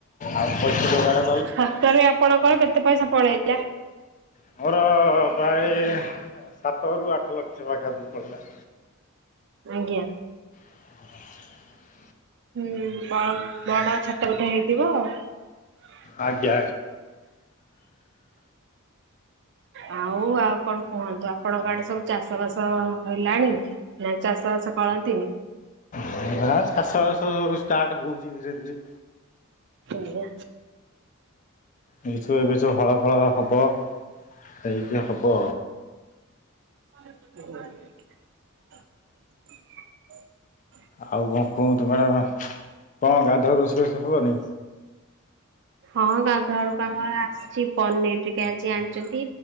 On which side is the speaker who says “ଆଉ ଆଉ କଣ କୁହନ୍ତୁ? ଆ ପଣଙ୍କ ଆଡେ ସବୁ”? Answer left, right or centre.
Right